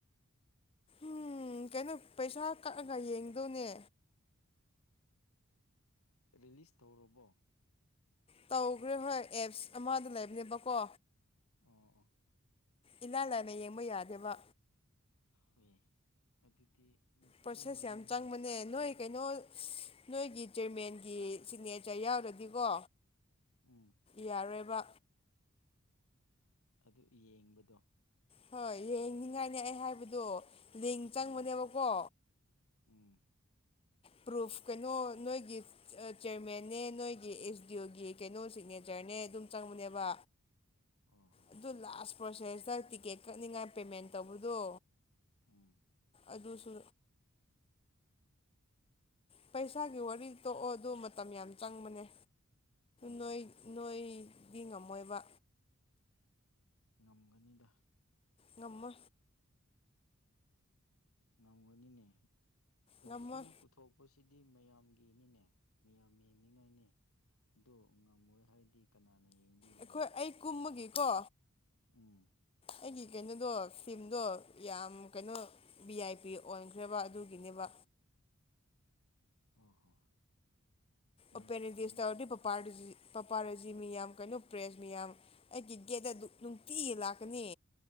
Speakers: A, on the left; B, on the left.
A: ꯎꯝ ꯀꯩꯅꯣ ꯄꯩꯁꯥ ꯀꯛꯑꯒ ꯌꯦꯡꯗꯣꯏꯅꯦ
B: ꯔꯤꯂꯤꯁ ꯇꯧꯔꯕꯣ
A: ꯇꯧꯈ꯭ꯔꯦ ꯍꯣꯏ ꯑꯦꯞꯁ ꯑꯃꯗ ꯂꯩꯕꯅꯦꯕꯀꯣ
B: ꯑꯣ
A: ꯏꯂꯂꯅꯦ ꯌꯦꯡꯕ ꯌꯥꯗꯦꯕ
B: ꯍꯦ ꯑꯗꯨꯗꯤ
A: ꯄ꯭ꯔꯣꯁꯦꯁ
B: ꯐꯤꯂꯝ ꯃꯃꯤꯡ
A: ꯌꯥꯝ ꯆꯪꯕꯅꯦ
B: ꯍꯥꯏꯌꯣ
A: ꯅꯣꯏ ꯀꯩꯅꯣ ꯅꯣꯏꯒꯤ ꯆꯤꯔꯃꯦꯟꯒꯤ ꯁꯤꯒꯅꯦꯆꯔ ꯌꯥꯎꯔꯗꯤꯀꯣ
B: ꯎꯝ
A: ꯌꯥꯔꯣꯏꯕ
B: ꯑꯗꯨ ꯌꯦꯡꯕꯗꯣ
A: ꯍꯣꯏ ꯌꯦꯡꯅꯤꯡꯉꯥꯏꯅꯦ ꯑꯩ ꯍꯥꯏꯕꯗꯣ ꯂꯤꯡ
B: ꯑꯣ
A: ꯆꯪꯕꯅꯦꯕꯀꯣ
B: ꯎꯝ
A: ꯄ꯭ꯔꯨꯐ ꯀꯩꯅꯣ ꯅꯣꯏꯒꯤ ꯆꯤꯌꯔꯃꯟꯅꯦ ꯅꯣꯏꯒꯤ ꯑꯦꯁ ꯗꯤ ꯑꯣꯒꯤ ꯀꯩꯅꯣ ꯁꯤꯒꯅꯦꯆꯔꯅꯦ ꯑꯗꯨꯝ ꯆꯪꯕꯅꯦꯕ
B: ꯑꯣ ꯍꯣ
A: ꯑꯗꯨ ꯂꯥꯁ ꯄ꯭ꯔꯣꯁꯦꯁꯇ ꯇꯤꯛꯀꯦꯠ ꯀꯛꯅꯤꯡꯉꯥꯏ ꯄꯦꯃꯦꯟ ꯇꯧꯕꯗꯣ
B: ꯎꯝ
A: ꯑꯗꯨꯁꯨ ꯄꯩꯁꯥꯒꯤ ꯋꯥꯔꯤ ꯇꯣꯛꯑꯣ ꯑꯗꯨ ꯃꯇꯝ ꯌꯥꯝ ꯆꯪꯕꯅꯦ
B: ꯎꯝ
A: ꯅꯣꯏ
B: ꯎꯝ
A: ꯅꯣꯏꯗꯤ ꯉꯝꯃꯣꯏꯕ
B: ꯉꯝꯒꯅꯤꯗ
A: ꯉꯃ
B: ꯉꯝꯒꯅꯤꯅꯦ
A: ꯉꯝꯃꯣꯏ
B: ꯐꯤꯝ ꯄꯨꯊꯣꯛꯄꯁꯤ ꯁꯤꯗꯤ ꯃꯌꯥꯝꯒꯤꯅꯤꯅꯦ ꯃꯌꯥꯝ ꯌꯦꯡꯅꯤꯡꯉꯥꯏꯅꯦ ꯑꯗꯨ ꯉꯝꯃꯣꯏ ꯍꯥꯏꯔꯗꯤ ꯀꯅꯥꯅ ꯌꯦꯡꯕꯤꯒꯦꯔꯣ
A: ꯑꯩꯈꯣꯏ ꯑꯩ ꯀꯨꯝꯃꯒꯦꯀꯣ
B: ꯎꯝ
A: ꯑꯩꯒꯤ ꯀꯩꯅꯣꯗꯣ ꯁꯤꯝꯗꯣ ꯌꯥꯝ ꯀꯩꯅꯣ ꯚꯤ ꯑꯥꯏ ꯄꯤ ꯑꯣꯟꯈ꯭ꯔꯦꯕ ꯑꯗꯨꯒꯤꯅꯦꯕ
B: <unintelligible> ꯑ ꯍꯣ ꯌꯥꯝ
A: ꯎ ꯄꯅꯤꯗꯤꯁꯕꯨ
B: ꯌꯥꯝ
A: ꯇꯧꯔꯗꯤ ꯃꯄꯥꯟ ꯄꯄꯥꯔꯥꯖꯤ ꯃꯤꯌꯥꯝ ꯀꯩꯅꯣ ꯄ꯭ꯔꯦꯁ ꯃꯤꯌꯥꯝ ꯑꯩꯒꯤ ꯒꯦꯠ ꯑꯗꯨ ꯅꯨꯡꯇꯤ ꯂ ꯛꯀꯅꯤ